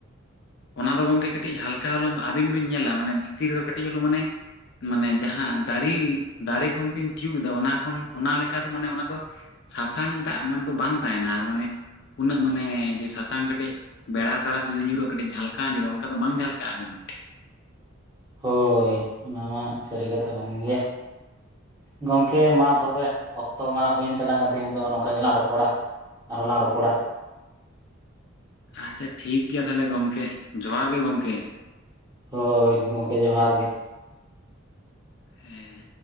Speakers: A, on the left; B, on the right.
A: ᱚᱱᱟ ᱫᱚ ᱜᱚᱝᱠᱮ ᱠᱟᱹᱴᱤᱡ ᱦᱟᱞᱠᱟ ᱦᱚᱞᱳ ᱟᱵᱤᱱ ᱵᱤᱱ ᱧᱮᱞᱟ, ᱢᱟᱱᱮ ᱵᱷᱤᱛᱤᱨ ᱨᱮᱫᱚ ᱠᱟᱹᱴᱤᱡ ᱦᱚᱞᱩ ᱢᱟᱱᱮ ᱢᱟᱱᱮ ᱡᱟᱦᱟᱸ ᱫᱟᱨᱤ, ᱫᱟᱨᱮ ᱠᱷᱚᱱ ᱵᱤᱱ ᱛᱤᱭᱜ ᱮᱫᱟ ᱚᱱᱟ ᱠᱷᱚᱱ ᱚᱱᱟ ᱞᱮᱠᱟ ᱫᱚ ᱢᱟᱱᱮ ᱚᱱᱟ ᱫᱚ ᱥᱟᱥᱟᱝ ᱴᱟᱜ ᱢᱟᱱᱮ ᱫᱚ ᱵᱟᱝ ᱛᱟᱦᱮᱱᱟ ᱟᱨ ᱢᱟᱱᱮ ᱩᱱᱟᱹᱜ ᱢᱟᱱᱮ ᱡᱮ ᱥᱟᱥᱟᱝ ᱠᱟᱹᱴᱤᱡ ᱵᱮᱲᱟ ᱛᱟᱨᱟ ᱡᱩᱫᱤ ᱧᱩᱨᱩᱜᱼᱟ ᱠᱟᱴᱤᱡ ᱡᱷᱟᱞᱠᱟᱣ ᱧᱚᱜᱼᱟ ᱾ ᱚᱱᱠᱟ ᱫᱚ ᱵᱟᱝ ᱡᱷᱟᱞᱠᱟᱜᱼᱟ ᱜᱚᱢᱠᱮ ᱾
B: ᱦᱚᱭ ᱚᱱᱟ ᱢᱟ ᱥᱟᱹᱨᱤ ᱠᱟᱛᱷᱟ ᱠᱟᱱ ᱜᱮᱭᱟ ᱾ ᱜᱚᱢᱠᱮ ᱢᱟ ᱛᱚᱵᱮ ᱚᱠᱛᱚ ᱢᱟ ᱦᱩᱭᱮᱱ ᱛᱟᱝᱟ ᱛᱮᱦᱤᱧ ᱫᱚ ᱱᱚᱝᱠᱟ ᱜᱮᱞᱟᱝ ᱨᱚᱯᱚᱲᱟ ᱟᱨᱦᱚᱸᱞᱟᱝ ᱨᱚᱯᱚᱲᱟ᱾
A: ᱟᱪᱪᱷᱟ ᱴᱷᱤᱠ ᱜᱮᱭᱟ ᱛᱟᱦᱚᱞᱮ ᱜᱚᱢᱠᱮ ᱡᱚᱦᱟᱨ ᱜᱮ ᱜᱚᱢᱠᱮ᱾
B: ᱦᱳᱭ ᱜᱚᱢᱠᱮ ᱡᱚᱦᱟᱨ ᱜᱮ᱾
A: ᱦᱮᱸ᱾